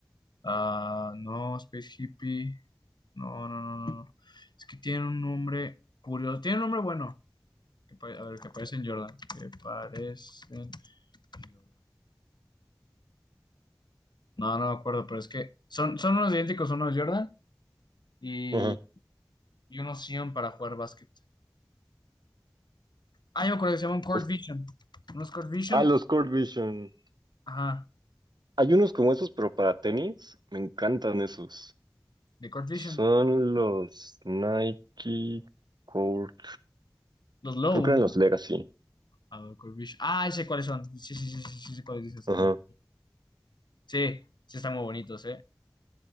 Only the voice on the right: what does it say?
ajá.
Es-
ah, los Court Vision.
Hay unos como esos, pero para tenis. Me encantan esos.
Son los Nike Court.
Creo que
eran los Legacy.
Ajá.